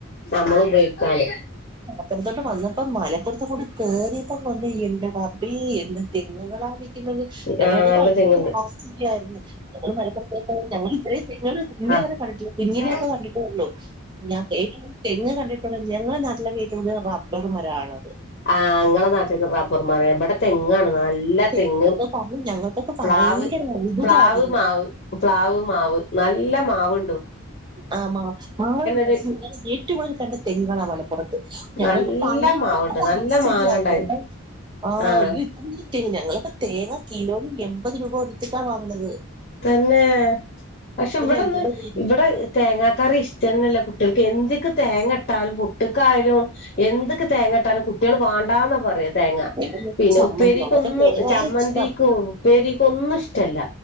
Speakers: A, on the left (about 45°); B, on the right (about 20°).
A: നമ്മൾ ഉപയോഗിക്കാന്.
B: പുറത്തോട്ട് വന്നപ്പോ മലപ്പുറത്തങ്ങോട്ട് കൂടി കേറിയപ്പം എന്റെ റ ബെ എന്ത് തെങ്ങുകളാണ് നിൽക്കുന്നത്. ഞങ്ങളത്
A: ആഹ് നല്ല
B: ഭയങ്കര
A: തെങ്ങുണ്ട്
B: ആസ്തിയായിരുന്നു ഞ മലപ്പുറത്തോട്ട് ഞങ്ങള് ഇത്രം തെങ്ങ്കൾ ഇന്നേ
A: ആഹ്
B: വരെ കണ്ടിട്ടില്ല. കുഞ്ഞിലെ
A: ആഹ്
B: ഒക്കെ കണ്ടിട്ടൊല്ലു. ള്ളൂ. ഞാൻ കേ തെങ്ങ് കണ്ടിട്ടുണ്ട്. ഞങ്ങളെ നാട്ടിലൊക്കെ കൂടുതൽ റബ്ബർ മരാണ്ളളത്.
A: ആ. ങ്ങളെ നാട്ട്ക്ക് റബ്ബർ മരാണ്. ഇവിടെ തെങ്ങാണ്. നല്ല
B: തെങ്ങെന്ന്
A: തെങ്ങ്
B: പറഞ്ഞു ഞങ്ങൾക്കൊക്കെ
A: പ്ലാവ്
B: ഭയങ്കര അത്ഭുതമായിരുന്നു
A: പ്ലാവ് മാവ്. പ്ലാവ് മാവ്. നല്ല മാവ്
B: ആ. മാ <unintelligible>
A: ഒരു
B: ഏറ്റവും കൂടുതൽ കണ്ട തെങ്ങുകളാ മലപുറത്ത്. ഞങ്ങൾക്ക്
A: നല്ല
B: ഭയങ്കര
A: മാവുണ്ട് നല്ല
B: ആശ്ചര്യമായിരുന്നു.
A: മാങ്ങണ്ടായിരുന്നു
B: ട്ടോ. ആ.
A: ആഹ്
B: <unintelligible> <unintelligible> ഞങ്ങളക്ക് തേങ്ങ കിലോയിൽ എൺപത് രൂപ കൊടുത്തിട്ടാ വാങ്ങണത്.
A: തന്നെ. പക്ഷെ ഇവിടൊന്ന്
B: എൺപത്
A: ഇവിടെ തേങ്ങാക്കറി ഇഷ്ടന്നല്ല കുട്ട്യൾക്ക്. എന്തിക്ക് തേങ്ങ ഇട്ടാലും പു ട്ട്ക്കായാലും എന്തിക്ക് തേങ്ങട്ടാലും കുട്ടികൾ വാണ്ടാന്നാ പറയ. തേങ്ങ.
B: എനിക്ക്
A: പിന്നെ
B: ചമ്മന്തി
A: ഉപ്പേരിക്കൊന്നും
B: അതൊക്കെ തേങ്ങയാണ്
A: ചമ്മന്തിക്കും
B: ഇഷ്ടം
A: ഉപ്പേരിക്ക് ഒന്നും ഇഷ്ടല്ല.